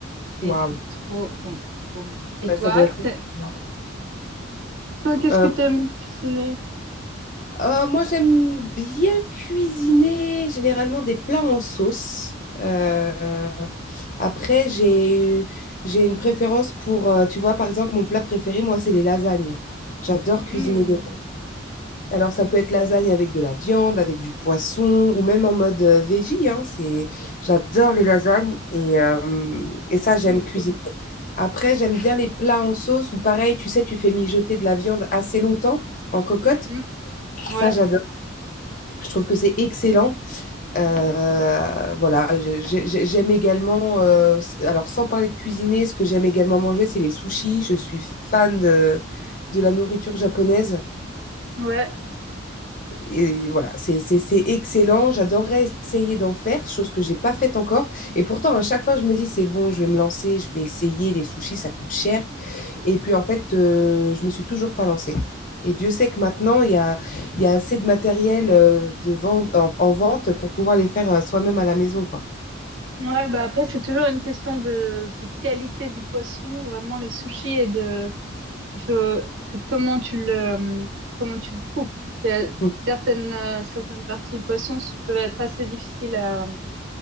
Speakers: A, on the right; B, on the left.
A: et
B: Waouh,
A: c'est trop bon, trop bon. Et
B: Ouais,
A: toi,
B: ça doit être excellent.
A: t'es- toi, qu'est-ce
B: Euh,
A: que tu aimes cuisiner?
B: euh, moi, j'aime bien cuisiner généralement des plats en sauce. Euh, après, j'ai j'ai une préférence pour, euh, tu vois, par exemple, mon plat préféré, moi, c'est les lasagnes. J'adore
A: Mmh,
B: cuisiner des Alors, ça peut être lasagne avec de la viande, avec du poisson, ou même en mode euh, veggie, hein, c'est... J'adore les lasagnes et, euh, et ça, j'aime
A: mmh, trop
B: cuisiner.
A: bon.
B: Après, j'aime bien les plats en sauce, ou pareil, tu sais, tu fais mijoter de la viande assez longtemps en cocotte.
A: Mhm. Ouais,
B: Ça, j'adore. Je trouve que c'est excellent. Euh, voilà, je- j'ai- j'ai- j'aime également, euh, s- alors sans parler de cuisiner, ce que j'aime également manger, c'est les sushis. Je suis fan de, de la nourriture japonaise.
A: ouais.
B: Et voilà, c'est c'est- c'est excellent. J'adorerais essayer d'en faire, chose que j'ai pas faite encore. Et pourtant, à chaque fois, je me dis, c'est bon, je vais me lancer, je vais essayer. Les sushis, ça coûte cher. Et puis, en fait, euh, je me suis toujours pas lancée. Et Dieu sait que maintenant, il y a, il y a assez de matériel euh, de vente, en, en vente pour pouvoir les faire euh, soi-même à la maison, quoi.
A: Ouais, bah après, c'est toujours une question de, de qualité du poisson, vraiment les sushis et de, il faut, c'est comment tu le, comment tu le coupes. C'est-
B: Mm.
A: Certaines, euh, certaines parties du poisson s- peuvent être assez difficiles à,